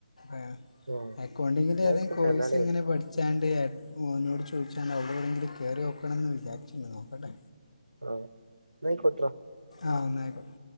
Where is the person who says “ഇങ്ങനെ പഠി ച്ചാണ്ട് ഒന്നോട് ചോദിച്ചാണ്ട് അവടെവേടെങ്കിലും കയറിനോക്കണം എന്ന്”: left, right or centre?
Left